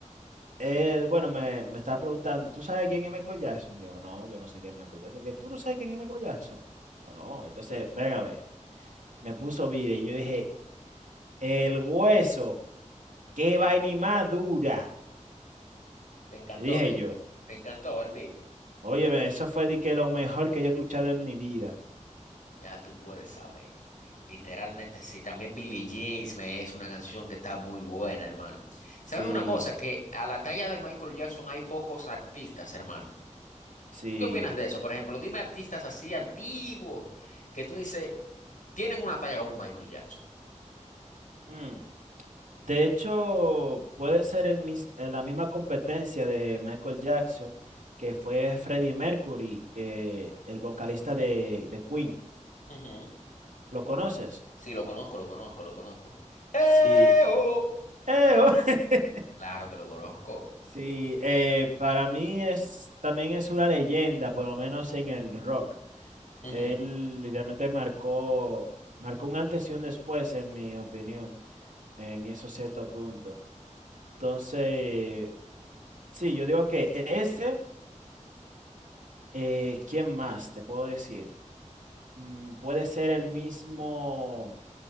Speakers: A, on the right (about 75°); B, on the left (about 85°).
A: él, bueno, me, me estaba preguntando, ¿tú sabes quién es Michael Jackson? Yo, no, yo no sé quién es Michael Jackson. ¿Qué? ¿Tú no sabes quién es Michael Jackson? Yo, no. Entonces, ven a ver. me puso vire y yo dije, el hueso, qué vaina y más dura.
B: Te encantó,
A: Y dije
B: te,
A: yo,
B: te encantó, Elvir.
A: óyeme, eso fue de que lo mejor que yo he escuchado en mi vida.
B: Ya tú puedes saber. Literalmente sí. También Billie Jeans me es una canción que está muy buena, hermano.
A: Sí,
B: ¿Sabes una cosa? Que a la talla de Michael Jackson hay pocos artistas, hermano.
A: sí.
B: ¿Tú qué opinas de eso? Por ejemplo, dime artistas así antiguos que tú dices, tienen una talla como Michael Jackson.
A: Hmm. De hecho, puede ser el mis- eh, la misma competencia de Michael Jackson, que fue Freddie Mercury, eh, el vocalista de, de Queen.
B: Ujú.
A: ¿Lo conoces?
B: Sí, lo conozco, lo conozco, lo conozco. ¡Eh,
A: Sí.
B: oh!
A: Eh, <laughs>
B: Claro que lo conozco.
A: Sí, eh, para mí es, también es una leyenda, por lo menos en el rock.
B: Ujú.
A: Él literalmente marcó, marcó un antes y un después, en mi opinión, en eso cierto punto. Entonces, sí, yo digo que ese, eh, ¿quién más te puedo decir? Mm, puede ser el mismo,